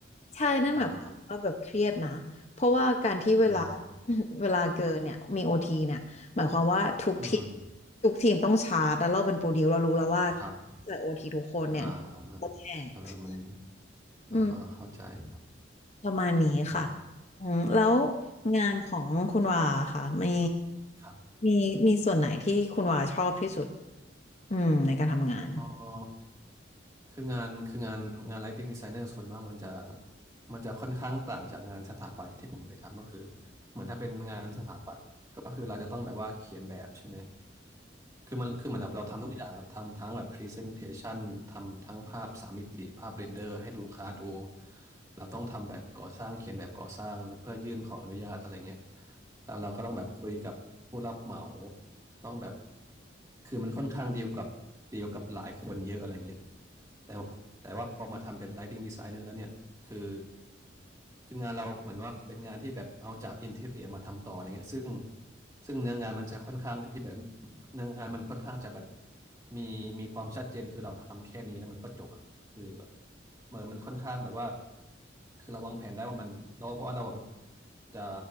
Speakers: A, on the left; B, on the right.
A: ใช่นั่นหมายความว่าแบบเครียดนะเพราะว่าการที่เวลา
B: เอออืม
A: <laughs> เวลาเกินเนี่ยมีโอทีเนี่ยหมายความว่าทุกทีม
B: อืม
A: ทุกทีมต้องชาร์จแล้วเราเป็นโปรดิวเรารู้แล้วว่า
B: ครับ
A: จ่ายโอทีทุกคนเนี่ย
B: อ่าอ่า
A: จะแตก
B: เออมันเออเออเข้าใจครับ
A: อืมประมาณนี้ค่ะ
B: อืม
A: อืมแล้วงานของคุณวาค่ะมี
B: ครับ
A: มีมีส่วนไหนที่คุณวาชอบที่สุดอืมในการทำงาน
B: อ๋อ คืองานคืองานงาน lighting designer ส่วนมากมันจะมันจะค่อนข้างต่างจากงานสถาปัตย์ที่ผมเคยทำก็คือเหมือนถ้าเป็นงานสถาปัตย์ก็คือเราจะต้องแบบว่าเขียนแบบใช่ไหม คือมันคือเหมือนแบบเราทำทุกอย่างครับทำทั้งแบบ Presentation ทำทั้งภาพสามมิติภาพเรนเดอร์ให้ลูกค้าดูเราต้องทำแบบก่อสร้างเขียนแบบก่อสร้างแล้วเพื่อยื่นขออนุญาตอะไรเงี้ยแล้วเราก็ต้องแบบคุยกับผู้รับเหมาต้องแบบคือมันค่อนข้างดีลกับดีลกับหลายคนเยอะอะไรเงี้ยแต่ว่าแต่ว่าพอมาทำเป็น Lighting Designer แล้วเนี่ย คือคืองานเราเหมือนว่าเป็นงานที่แบบเอาจากอินทีเรียมาทำต่ออะไรเงี้ยซึ่งซึ่งเนื้องานมันจะค่อนข้างที่แบบเนื้องานมันค่อนข้างจะแบบมีมีความชัดเจนคือเราทำแค่นี้แล้วมันก็จบอ่ะคือแบบเมื่อมันค่อนข้างแบบว่าคือเราวางแผนได้ว่ามันเราว่าเราอะแบบจะ